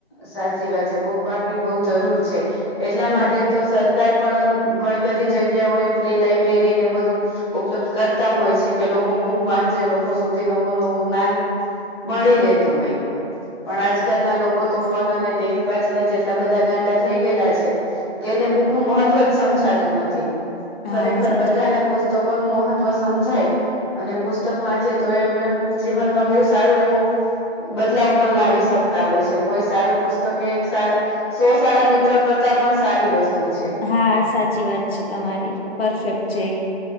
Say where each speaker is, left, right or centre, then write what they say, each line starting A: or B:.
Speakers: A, on the left; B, on the left.
A: સાચી વાત છે બુક વાંચવી બહુ જરૂર છે. એટલા
B: હમ
A: માટે તો સર કાર પણ ઘણી બધી જગ્યાઓ એ ફ્રી લાયબ્રેરીને એવું બધું ઉપલબ્ધ કરતા હોય છે કે લોકો બૂક વાંચે લોકો સુધી નવો નવો જ્ઞાન મળી રેતુ હોય. પણ આજકાલના લોક કોતો ફોન અને ટીવી પાછળ જ એટલા બધા ગાંડા થઈ ગયેલા છે. કે એને બૂકનું મહત્વ જ સમજાતું નથી.
B: હા
A: ખરેખર
B: સાચી
A: બધાને પુસ તકોનું મહત્વ સમજાય. અને પુસ્તક વાંચે તો એ જ ને જીવનમાં બહુ સારો એવો બદલાવ પણ લાવી શકતા હોય છે. કોઈ સારું પુસ્તક એક સાર સો સારા મિત્ર કરતા પણ સારી વસ્તુ છે.
B: હા સાચી વાત છે તમારી. પરફેક્ટ છે એ